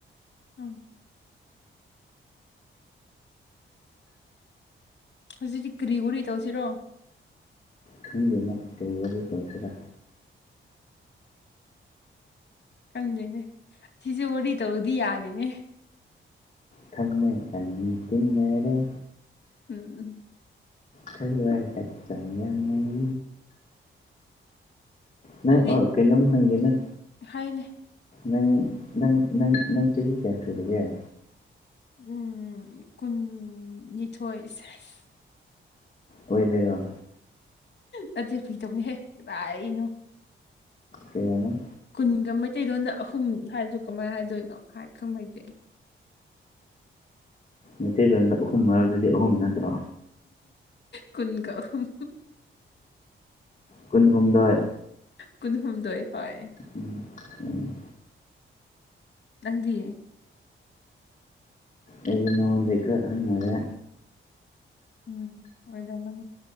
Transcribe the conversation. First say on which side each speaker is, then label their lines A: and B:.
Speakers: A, on the left; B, on the left.
A: ꯎꯝ ꯍꯧꯖꯤꯛꯇꯤ ꯀꯔꯤ ꯋꯥꯔꯤ ꯇꯧꯁꯤꯔꯣ
B: ꯈꯪꯗ‌ꯦꯗ ꯀꯔꯤ ꯋꯥꯔꯤ ꯇꯧꯁꯤꯔꯥ
A: ꯈꯪꯗꯔ‌ꯦꯅꯦ ꯁꯤꯁꯨ ꯋꯥꯔꯤ ꯇꯧꯔꯗꯤ ꯌꯥꯗꯦꯅꯦ
B: ꯊꯃ‌ꯣꯏ ꯑꯅꯤ ꯇꯤꯟꯅꯔ‌ꯦ
A: ꯎꯝ ꯎꯝ
B: ꯊꯋꯥꯏ ꯍꯛꯆꯥꯡ ꯌꯥꯅꯔꯤ ꯅꯪ
A: ꯅꯪꯗꯤ
B: ꯑꯣ ꯀꯩꯅꯪꯝ ꯍꯪꯒꯦꯅꯥ
A: ꯍꯥꯏꯌꯨꯅꯦ
B: ꯅꯪ ꯅꯪ ꯅꯪ ꯅꯪ ꯆꯍꯤ ꯀꯌꯥ ꯁꯨꯨꯔꯒꯦ
A: ꯎꯝ ꯀꯨꯟꯅꯤꯊꯣꯏ‌ ꯁ‌ꯦꯁ
B: ꯑꯣꯏꯕꯩꯔꯣ
A: ꯅꯠꯇꯦ ꯐꯩꯒꯤꯗꯧꯅꯤꯍꯦ ꯀꯗꯥꯏꯅꯣ
B: ꯀꯌꯥꯅ‌ꯣ
A: ꯀꯨꯟꯒ ꯃꯩꯇꯩ‌ꯂ‌ꯣꯟꯗ ꯑꯍꯨꯝ ꯍꯥꯏꯁꯨ ꯀꯃꯥꯏꯅ ꯍꯥꯏꯗꯣꯏꯅꯣ ꯍꯥꯏ ꯈꯪꯕ ꯍꯩꯇ‌ꯦ
B: ꯃꯩꯇꯩꯔꯣꯟꯗ ꯑꯍꯨꯝ ꯍꯥꯏꯕꯗꯨꯗꯤ ꯑꯍꯨꯝ ꯅꯠꯇ꯭ꯔꯣ
A: ꯀꯨꯟꯒ ꯑꯍꯨꯝ
B: ꯀꯨꯟꯍꯨꯝꯗꯣꯏ
A: ꯀꯨꯟꯍꯨꯝꯗꯣꯏ ꯍ‌ꯣꯏ
B: ꯎꯝ ꯎꯝ
A: ꯅꯪꯗꯤ
B: ꯑꯩ ꯅꯉ‌ꯣꯟꯗꯒꯤ ꯈ꯭ꯔꯥ ꯍꯅꯔꯦ
A: ꯎꯝ ꯑꯣꯏꯔꯝꯃꯅꯤ